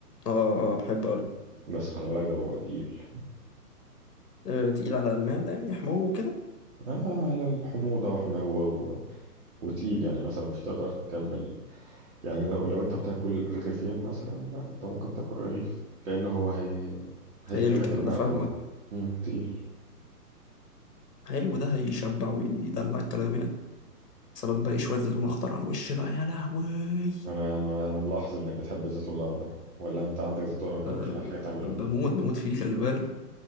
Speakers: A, on the left (about 80°); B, on the right (about 55°).
A: اه اه بحبه اوي
B: بس خلي بالك ده بيبقى تقيل
A: آه، تقيل على المعدة يعني حموه كده
B: اه على الحموضه وحماوه و... وتقيل يعني مثلا مش هتقدر تكمل يعني لو, لو انت بتاكل رغيفين مثلا لا انت ممكن تاكل رغيف لان هو هي هيقفل
A: هيلكم
B: لك المعده
A: انا فاهمك
B: برضه امم تقيل
A: حلو ده هيشبع ويدلع الكلام يعني سلام بقى شوية زيتون اخضر على الوش بقى يا لهوي
B: انا انا انا ملاحظ انك بتحب الزيتون الاخضر ولا انت عندك زيتون اخضر
A: آه،
B: مش لاقي حاجه تعمله
A: بموت
B: بيه
A: بموت فيه خلي بالك